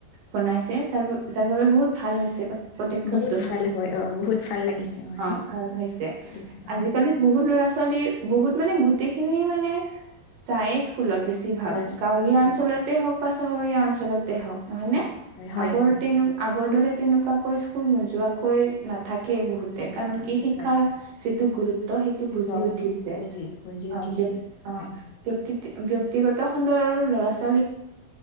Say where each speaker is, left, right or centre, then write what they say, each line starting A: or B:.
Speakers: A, on the right; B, on the left.
A: বনাইছে, যাৰ যাৰ বাবে বহুত ভাল হৈছে পদ পদক্ষেপটোত,
B: বহুত ভাল হয় অ বহুত ভাল লাগিছে মোৰে
A: অ ভাল হৈছে
B: এদিন
A: আজি
B: অ
A: আজিকালি বহুত ল'ৰা -ছোৱালী বহুত মানে গোটেই খিনি মানে যায় চো স্কুলত বেছি ভাগ
B: অ
A: গাঁৱলীয়া
B: হয়
A: অঞ্চলতেই হওক বা চহৰীয়া অঞ্চলত তে হক নহয়নে?
B: হয় হয়
A: আগৰ
B: হয়
A: দিন আগৰ দৰে তেনেকুৱাকৈ স্কুল নোযোৱাকৈ না থাকেই বহুতে,
B: নাটকে
A: কাৰণ কি শিক্ষাৰ
B: হয়
A: যিটো গুৰুত্ব সেইটো বুজি
B: অ
A: উঠিছে
B: বুজি বুজি
A: অ।
B: উঠিছে
A: ব্য অ
B: হয়
A: ব্যক্তি ব্যক্তিগত খণ্ডৰ ল'ৰা - ছো <unintelligible>